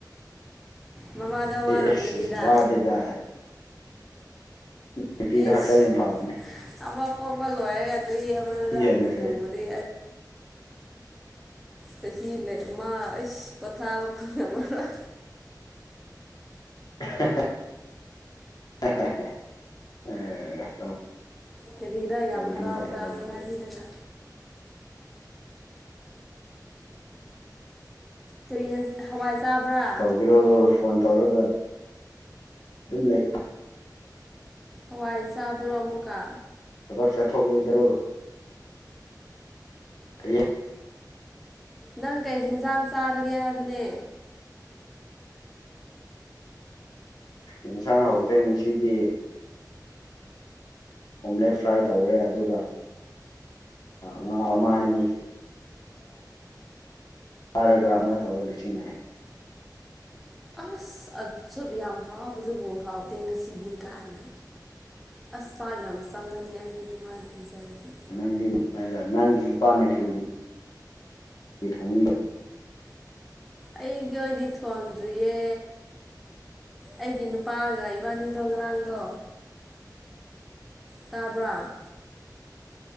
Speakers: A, in the centre; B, on the left.
A: ꯃꯃꯥꯗ ꯋꯥꯔꯝꯒꯅꯤꯗꯥ
B: ꯑꯩ ꯑꯁ ꯋꯥꯗꯦꯗ ꯅꯨꯄꯤꯗ
A: ꯏꯁ
B: ꯍꯛꯆꯥꯡ ꯌꯥꯝ ꯐꯥꯕꯅꯦ
A: ꯑꯃ ꯂꯣꯏꯔꯒ ꯑꯃ
B: ꯍꯦꯟꯅ
A: ꯑꯃꯨꯛ
B: ꯐꯩ
A: ꯄꯨꯕꯗꯤ ꯆꯍꯤ ꯑꯃꯗꯩ ꯑꯃꯥ ꯑꯩꯁ ꯄꯣꯊꯥꯕ ꯐꯪꯉꯝꯃꯔꯣꯢ
B: <inaudible>
A: ꯀꯔꯤꯔ
B: ꯇꯧꯅꯨꯡꯗ
A: ꯌꯥꯝ ꯍꯔꯥꯎꯕꯔꯥ
B: ꯊꯕꯛꯇꯤ
A: ꯑꯗꯨ ꯍꯥꯏꯕꯤꯔꯒ ꯀꯔꯤ ꯌꯦꯟ ꯍꯋꯥꯏ ꯆꯥꯕ꯭ꯔꯥ
B: ꯌꯦꯟꯒꯦꯔꯣ ꯐꯣꯜ ꯇꯧꯔꯒ ꯑꯗꯨꯝ ꯂꯩꯩ
A: ꯍꯋꯥꯏ ꯆꯥꯕ꯭ꯔꯣ ꯑꯃꯨꯛꯀ
B: ꯊꯕꯛ ꯆꯠꯊꯣꯛꯑꯣꯏꯗꯔꯣ ꯀ꯭ꯔꯤꯌꯥ <inaudible>
A: ꯅꯪ ꯀꯩ ꯍꯦꯟꯖꯥꯡ ꯆꯥꯔꯒꯦ ꯍꯥꯏꯕꯅꯦ
B: ꯏꯟꯁꯥꯡ ꯍꯧꯇꯦ ꯉꯁꯤꯗꯤ ꯑꯣꯝꯂꯦꯠ ꯐ꯭ꯔꯥꯏ ꯇꯧꯔꯦ ꯑꯗꯨꯒ ꯑ ꯃꯥ ꯃꯥꯅꯤ <inaudible> ꯐꯥꯔꯒ ꯑꯃ ꯇꯧꯔ ꯂꯣꯢꯁꯤꯟꯒꯔꯦ
A: ꯑꯁ ꯑꯁꯨ ꯌꯥꯝ ꯍꯥꯎꯕꯁꯤꯕꯨ ꯍꯥꯎꯇꯦ ꯉꯁꯤꯗꯤ ꯀꯥꯏꯅ ꯑꯁ ꯆꯥꯛ ꯌꯥꯝ ꯆꯪꯉꯅꯤ ꯑꯩꯗꯤ ꯑꯗꯨꯃꯥꯏꯅ ꯄꯤꯖꯔꯗꯤ
B: ꯅꯪꯗꯤꯥꯏꯗ ꯅꯪꯗꯤ ꯅꯨꯄꯥ ꯅ ꯀꯌ <inaudible> ꯃꯤ ꯊꯣꯡꯃꯤ
A: ꯑꯩꯒꯤ ꯑꯣꯏꯗꯤ ꯊꯣꯡꯗ꯭ꯔꯤꯌꯦ ꯑꯩꯒꯤ ꯅꯨꯄꯥꯒ ꯏꯕꯥꯅꯤꯗꯣ ꯉꯔꯥꯡꯗꯣ ꯇꯥꯕ꯭ꯔꯥ